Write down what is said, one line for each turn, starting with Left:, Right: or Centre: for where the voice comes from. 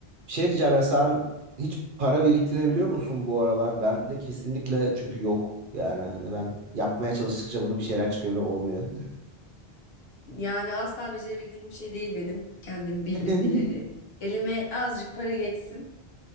Right: Şey diyeceğim ya sen hiç para biriktirebiliyor musun bu aralar? Ben de kesinlikle çünkü yok. Yani hani ben yapmaya çalıştıkça bunu bir şeyler çıkıyor ve olmuyor.
Left: Yani asla becerebildiğim bir şey değil benim. Kendim bildim
Right: <laughs>
Left: bileli. Elime azıcık para geçsin.